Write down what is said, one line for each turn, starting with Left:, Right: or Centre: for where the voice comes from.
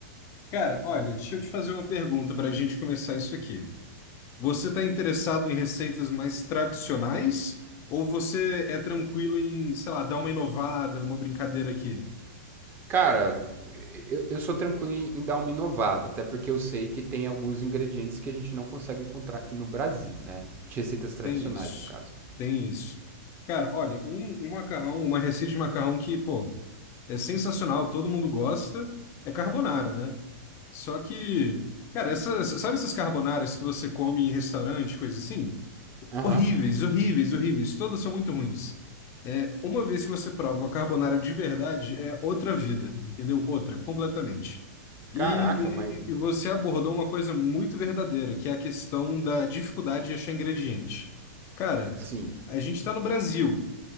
Left: Cara, olha, deixa eu te fazer uma pergunta para a gente começar isso aqui. Você está interessado em receitas mais tradicionais ou você é tranquilo em, sei lá, dar uma inovada, uma brincadeira aqui?
Right: Cara, eu, eu sou tranquilo em, em dar uma inovada, até porque eu sei que tem alguns ingredientes que a gente não consegue encontrar aqui no Brasil, né? De receitas tradicionais,
Left: Tem isso.
Right: no caso.
Left: Tem isso. Cara, olha, um, um macarrão, uma receita de macarrão que, pô, É sensacional, todo mundo gosta. É carbonara, né? Só que, cara, essas sabe essas carbonaras que você come em restaurante, coisa assim?
Right: Aham,
Left: Horríveis, horríveis, horríveis. Todas são muito ruins. É, uma vez que você prova uma carbonara de verdade, é outra vida, entendeu? Outra, completamente. E,
Right: Caraca,
Left: e,
Right: mas.
Left: e e você abordou uma coisa muito verdadeira, que é a questão da dificuldade de achar ingrediente. Cara,
Right: Sim,
Left: a gente está no Brasil